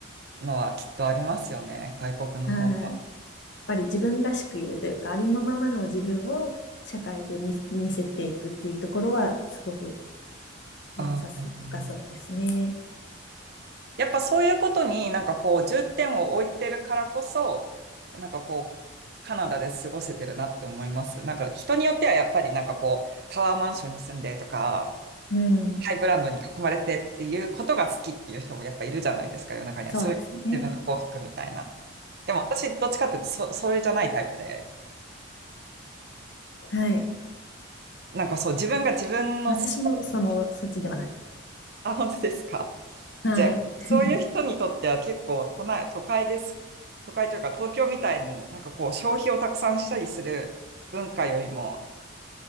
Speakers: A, on the right; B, on the left.
A: のはきっとありますよね、外国の方は。
B: うん。やっぱり自分らしくいるというか、ありのままの自分を社会で見、見せていくっていうところは、すごく優し、
A: ああー、
B: 良さそうですね。
A: やっぱそういうことになんかこう重点を置いてるからこそ、なんかこう、カナダで過ごせてるなって思います。なんか人によってはやっぱりなんかこう、タワーマンションに住んでとか、
B: うん。
A: ハイブランドに囲まれてっていうことが好きっていう人もやっぱいるじゃないですか、世の中には。
B: そうですね。
A: それが自分の幸福みたいな。でも私、どっちかっていうとそ、それじゃないタイプで、
B: はい。
A: なんかそう、自分が自分の好きな
B: 私も、その、そっちではないです。
A: あ、本当ですか。
B: はい。
A: じゃあ、そういう人にとっては結構都内、
B: <laughs>
A: 都会です。都会というか東京みたいになんかこう消費をたくさんしたりする文化よりも、